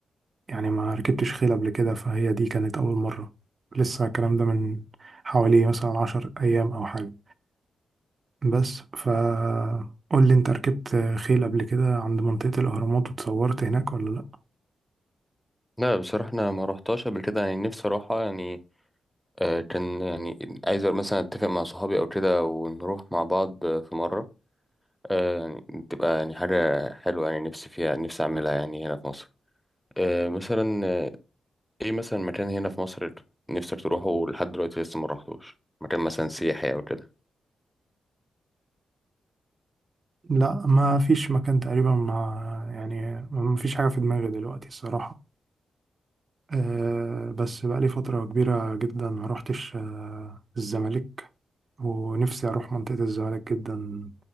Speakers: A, on the right (about 50°); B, in the centre.
A: يعني ما ركبتش خيل قبل كده فهي دي كانت أول مرة لسه الكلام ده من حوالي مثلا عشر أيام أو حاجة بس فقول لي أنت ركبت خيل قبل كده عند منطقة الأهرامات وتصورت هناك ولا لأ؟
B: لا بصراحة أنا ما رحتهاش قبل كده يعني نفسي أروحها يعني آه كان يعني عايز مثلا أتفق مع صحابي أو كده ونروح مع بعض في مرة آه يعني تبقى يعني حاجة حلوة يعني نفسي فيها نفسي أعملها يعني هنا في مصر آه، مثلا آه، ايه مثلا مكان هنا في مصر ت- نفسك تروحه لحد دلوقتي لسه ما رحتوش مكان مثلا سياحي او كده
A: لأ ما فيش مكان تقريبا ما يعني ما فيش حاجة في دماغي دلوقتي الصراحة أه بس بقالي فترة كبيرة جدا ما روحتش آه، الزمالك ونفسي أروح منطقة الزمالك جدا